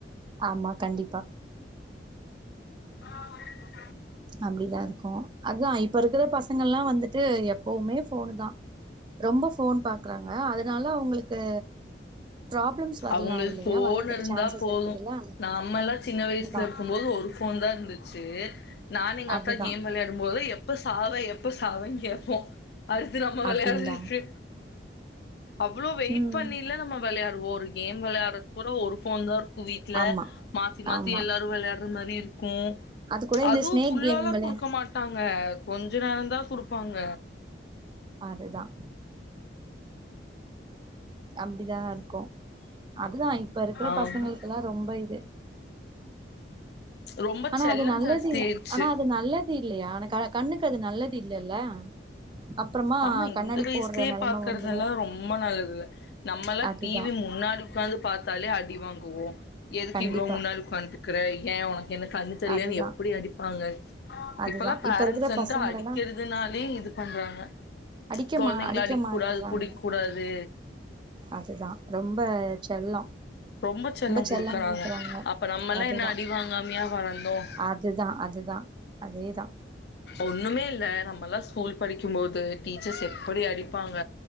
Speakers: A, on the right; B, on the left.
A: ஆமா கண்டிப்பா
B: <unintelligible>
A: அப்படிதான் இருக்கும் அதா இப்ப இருக்கிற பசங்கள்ல்லாம் வந்துட்டு எப்பவுமே போனு தான் ரொம்ப ஃபோன் பாக்குறாங்க அதனால அவங்களுக்கு ப்ராப்ளம்ஸ் வரலாம்
B: அவங்களுக்கு
A: இல்லையா
B: ஃபோன்
A: வர்றதுக்கு
B: இருந்தா
A: சான்சஸ்
B: போது
A: இருக்குதுல்ல
B: நாமெல்லா சின்ன வயசுல
A: இதுதான்
B: இருக்கும்போது ஒரு ஃபோன் தான் இருந்துச்சு நானூ எங்க
A: அதுதா
B: அக்கா கேம் விளையாடும்போது எப் எப்ப சாவே எப்ப சாவேன்னு கேட்போம் அடுத்தூ நம்ம
A: அப்டிங்களா
B: விளையாட்றதுக்கு அவ்ளோ வெயிட்
A: ம்
B: பண்ணியல்லா நம்ம வொ விளையாட்றுவோ ஒரு கேம் விளையாட்றதுக் கூட ஒரு போன் தான் இரு வீட்ல
A: ஆமா
B: மாத்தி மாத்தி
A: ஆமா
B: எல்லாரும் விளையாட்றதுமாத்ரி இர் ஹூம்
A: அது கூட இந்த
B: அதுவும்
A: ஸ்னேக்
B: ஃபுல்லாலா
A: கேம் வெளயா
B: கொடுக்க மாட்டாங்க கொஞ்ச நேரம்தா குடுப்பாங்க
A: அதுதான் அப்படிதான் இருக்கும் அதுதான் இப்ப இருக்கிற
B: ஆமா
A: பசங்களுக்கெல்லாம் ரொம்ப இது
B: ரொம்ப
A: ஆனா
B: செல்லம்
A: அது நல்லது
B: ஜாஸ்தி ஆயிடுச்சு
A: ஆனா அது நல்ல இல்லையா? ஆன கண கண்ணுக்கு அது நல்லது இல்லல்ல அப்புறமா
B: ஆமா
A: கண்ணாடி
B: இந்த வயசுலயே
A: போடுற நெலம
B: பாக்குறதுதெல்லாம்
A: வந்துரு
B: ரொம்ப நல்லது இல்ல நம்மளா
A: அதுதா
B: டிவி முன்னாடி உட்கார்ந்து பார்த்தாலே அடிவாங் இல்ல எதுக்கு
A: கண்டிப்பா
B: இவ்ளோ முன்னாடி உக்காந்து க்றக்யாங் உனக் எனக் கண்ணூ தெரில்லியான்னு
A: அதுதா
B: எப்படி அடிப்பாங்க
A: அதுதா
B: இப்பல்லாம் பேரண்ட்ஸ்
A: இப்ப இருக்கிற
B: வந்து
A: பசங்களல்லா
B: அடிக்கிறதுனாலே இந் பண்றாங்க
A: அடிக்கமா
B: கொழந்தைங்கள
A: அடிக்க
B: அடிக்
A: மா
B: கூடாது
A: அடிக்க மாட்டுறாங்க
B: புடிக் கூடாது,
A: அதுதா ரொம்ப செல்லோ
B: ரொம்ப செல்லம்
A: செல்லோ
B: குடுக்கறாங்க,
A: குடுக்குறாங்க
B: அப்ப நம்மல்லாம்
A: அதுதா
B: என்ன அடிவ்வாங்காமியா வளற்ந்தோம்,
A: அதுதா அதுதா அதேதா
B: ஒண்ணுமே இல்ல, நம் பல்லஸ் ஸ்கூல் படிக்கும்போது டீச்சர்ஸ் எப்படி அடிப்பாங்க